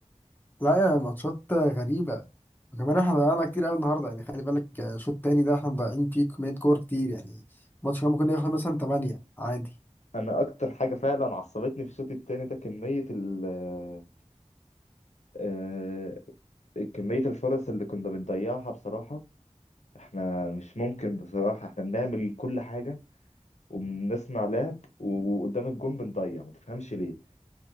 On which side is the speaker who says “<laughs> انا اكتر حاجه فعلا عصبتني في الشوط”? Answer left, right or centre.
Left